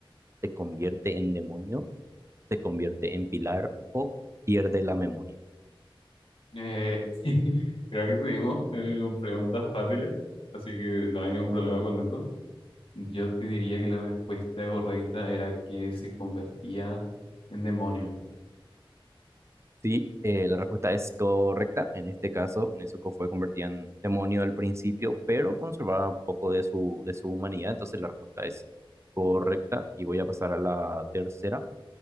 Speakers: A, on the right; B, on the left.
A: ¿Se convierte en demonio? ¿Se convierte en pilar o pierde la memoria?
B: Eh, <laughs> creo que seguimos eh, con preguntas fáciles, así que no hay ningún problema con eso. Yo te diría que la respuesta correcta era que se convertía en demonio.
A: Sí, eh, la respuesta es correcta. En este caso, Nezuko fue convertida en demonio al principio, pero conservaba un poco de su, de su humanidad. Entonces, la respuesta es correcta. Y voy a pasar a la tercera.